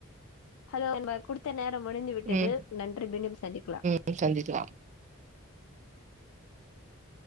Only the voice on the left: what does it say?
ஹலோ எ ம குடுத்தனே ன முடிஞ்சு விட்டது
நன்றி மீண்டும் சந்திக்கலாம்
<inaudible>